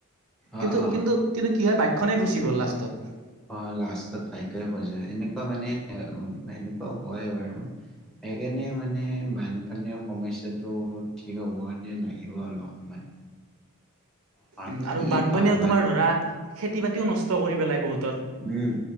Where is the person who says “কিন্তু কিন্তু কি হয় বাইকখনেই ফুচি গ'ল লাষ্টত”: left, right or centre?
Right